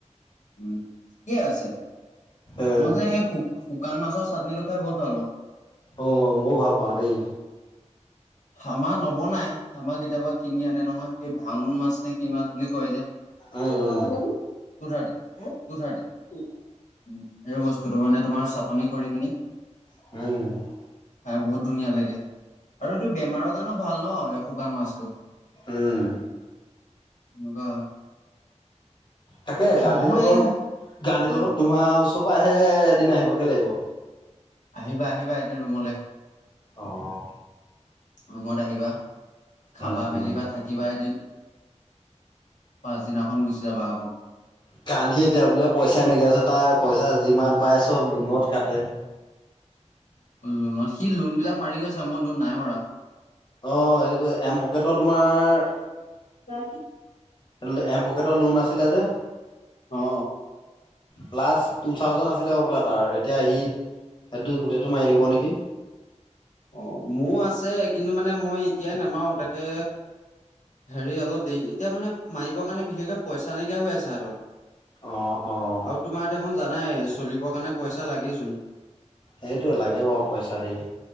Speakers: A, on the left (about 85°); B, on the left (about 40°).
A: উম, ঠিকে আছে,
B: এ
A: মই যে এই শু শুকান মাছৰ চাটনিটো খাই বহুত ভাল পাওঁ।
B: অ', মইও ভাল পাওঁ দেই।
A: আমাৰ নবনাই, আমাৰ কেতিয়াবা কিনি আনে নহয়। এই ভাঙুন মাছ নে কি মাছ বুলি কয় যে?
B: উম
A: কেইটকা হল জানো? টো থাৰ্টি টো থাৰ্টি। উম, সেই বস্তুটো মানে তোমাৰ চাটনি কৰি পিনি
B: <unintelligible>
A: খাই বহুত ধুনীয়া লাগে। আৰু এইটো বেমাৰৰ কাৰণেও ভাল ন' এই শুকান মাছটো।
B: উম।
A: এনুকোৱা হয়।
B: তাকে গান্ধীৰ
A: ময়ো
B: লগত,
A: এয়া
B: গান্ধীৰ
A: অ',
B: লগত তোমাৰ ওচৰ পৰাহে এদিন আহিবগে লাগিব।
A: আহিবা আহিবা এদিন ৰুমলে।
B: অঁ।
A: ৰুমত আহিবা, খাবা
B: উম
A: মেলিবা
B: উম।
A: থা কিবা এদিন পাছদিনাখন গুচি যাবা আকৌ।
B: গান্ধী এতিয়া বোলে পইচা নাইকীয়া আছে, তাৰ পইচা যিমান পাই চব লোনত কাটে।
A: লোনত সি লোনবিলাক মাৰি গৈছে মোৰ লোন নাই মৰা।
B: অ এইটোৱে এম পকেটৰ তোমাৰ
A: তাত
B: এল এম পকেটৰ লোন আছিলে যে?
A: অ অ
B: প্লাছ টু থাউজেণ্ড আছিলে হ'বলা তাৰ এতিয়া আহি সেইটো গোটেইটো মাৰি দিব নেকি?
A: অ মোৰ আছে কিন্তু মানে মই এতিয়াই নামাৰো তাকে হেৰি অলপ দেৰি এতিয়া মানে মাৰিবৰ কাৰণে বিশেষকে পইচা নাইকিয়া হৈ আছে হাতত।
B: অঁ অঁ।
A: আৰু তোমাৰ দেখোন জানাই চলিবৰ কাৰণে পইচা লাগেচোন।
B: সেইটোৱে লাগে বাৰু পইচা দেই।